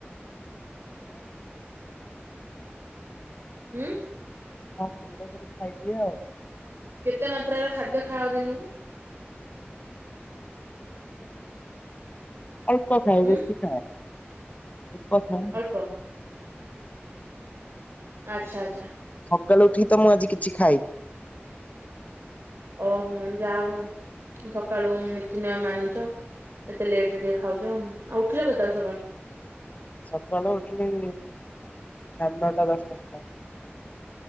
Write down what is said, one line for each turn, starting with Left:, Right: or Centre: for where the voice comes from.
Left: ମୋ
Right: ହୁଁ।
Left: ହଁ ପୁଡା ଫ ଖାଇଦିଏ ଆଉ।
Right: କେତେ ମାତ୍ରାର ଖାଦ୍ୟ ଖାଅ ଦିନକୁ।
Left: ଅଳ୍ପ ଖାଇ
Right: ହୁଁ
Left: ବେଶୀ ଖଏନି। ଏକଥା
Right: ଅଳ୍ପ ଆଚ୍ଛା ଆଚ୍ଛା।
Left: ସକାଳୁ ଉଠିକି ତ ମୁଁ ଆଜି କିଛି ଖାଇନି।
Right: ଓହୋ ଯାହା ହଉ ସକାଳୁ ନୀତିନିୟମ ମାନୁଛ। ଏତେ ଲେଟ ରେ ଟିକେ ଖାଉଛ ଆଉ ଉଠିଲା କେତେବେଳେ ସକାଳୁ।
Left: ସକାଳେ ଉଠିଲି ସାଢେ ନଅଟା ଦଶଟା ଖଟା।